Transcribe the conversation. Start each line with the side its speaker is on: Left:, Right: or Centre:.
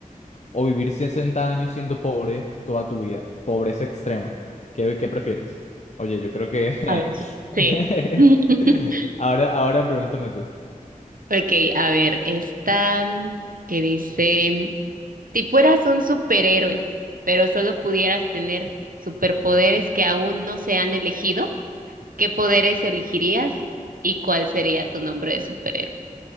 Left: o vivir 60 años siendo pobre toda tu vida? Pobreza extrema. ¿Qué, qué prefieres? Oye, yo creo que...
Right: A ver.
Left: <laughs>
Right: Sí. <laughs>
Left: Ahora, ahora pregúntame tú.
Right: Ok, a ver, esta mm, que dice, si fueras un superhéroe, pero solo pudieras tener superpoderes que aún no se han elegido, ¿qué poderes elegirías y cuál sería tu nombre de superhéroe?